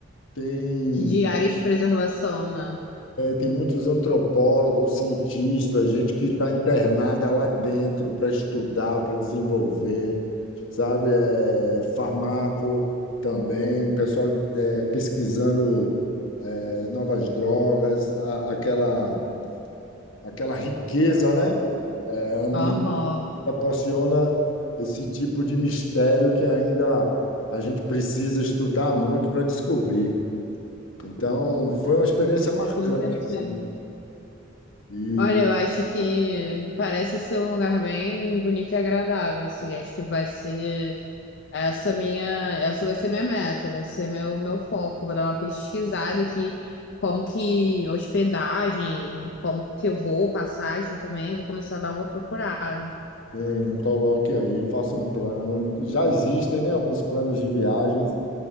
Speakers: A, on the left; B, on the left.
A: Tem
B: De áreas de preservação, né?
A: Tem muitos antropólogos, cientistas, gente que está internada lá dentro para estudar, para desenvolver, sabe? É, farmaco também, pessoal é, pesquisando é, novas drogas, a- aquela, aquela riqueza, né? É, ambiente
B: Aham,
A: proporciona esse tipo de mistério que ainda a gente precisa estudar muito para descobrir. Então, foi uma experiência marcante,
B: com é certeza.
A: assim. E
B: Olha, eu acho que parece ser um lugar bem bonito e agradável, assim. Acho que vai ser essa minha, essa vai ser minha meta, vai ser meu meu foco. Vou dar uma pesquisada aqui, como que hospedagem, como que eu vou, passagem também. Vou começar a dar uma procurada.
A: Bem, coloque aí, faça um plano. Já existem, né, alguns planos de viagens.